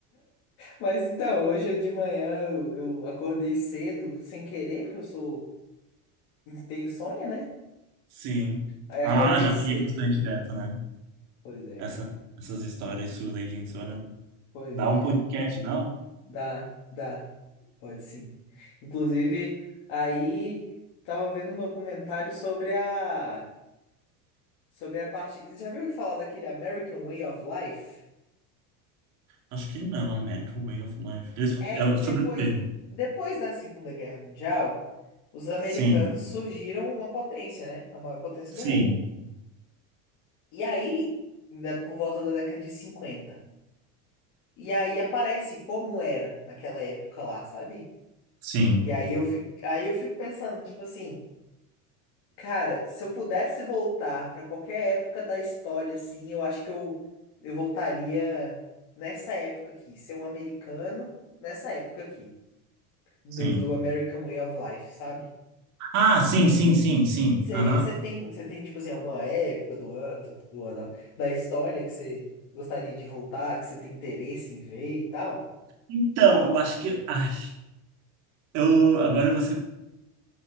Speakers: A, on the left (about 45°); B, on the right (about 40°).
A: Mas então, hoje de manhã eu, eu acordei cedo, sem querer, porque eu sou. Tem insônia, né?
B: Sim.
A: Aí acordei
B: Ah, já
A: cedo.
B: peguei bastante dessa, né?
A: Pois é,
B: Essa, essas histórias suas aí de insônia.
A: pois
B: Dá
A: é.
B: um podcast, não?
A: Dá, dá. Pode sim. Inclusive, aí tava vendo um documentário sobre a sobre a parte, Você já viu falar daquele American Way of Life?
B: Acho que não, American Way of Life. Eles, fa-
A: É
B: é
A: depois
B: sobre o quê?
A: depois da Segunda Guerra Mundial, os americanos
B: Sim,
A: surgiram uma potência, né? A maior potência
B: sim,
A: do mundo. E aí, ainda por volta da década de cinquenta E aí aparece como era naquela época lá, sabe?
B: sim,
A: E aí eu fico, aí eu fico pensando, tipo assim, Cara, se eu pudesse voltar pra qualquer época da história, assim, eu acho que eu, eu voltaria nessa época aqui, ser um americano nessa época aqui, do,
B: sim.
A: do American Way of Life, sabe?
B: Ah, sim, sim, sim, sim.
A: Você
B: Aham.
A: tem, você tem, tipo assim, alguma época do ano, do, do ano, ó, da história que você gostaria de voltar, que você tem interesse em ver e tal?
B: Então, eu acho que. Ai, eu, agora você.